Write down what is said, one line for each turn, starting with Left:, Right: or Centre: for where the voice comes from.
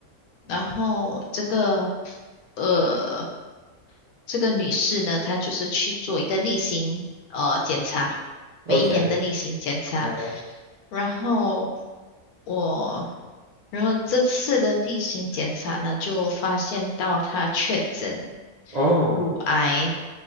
Left: 然后这个呃这个女士呢，她就是去做一个例行呃检查，每一年的例行检查，
Right: ，OK，好，
Left: 然后我。然后这次的例行检查呢，就发现到她确诊。
Right: 哦，
Left: 乳癌